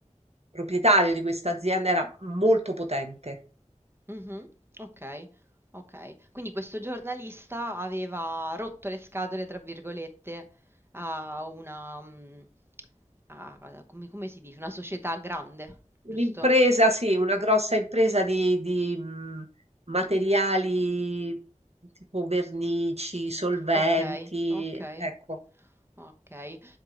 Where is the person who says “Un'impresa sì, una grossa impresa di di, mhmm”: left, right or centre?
Right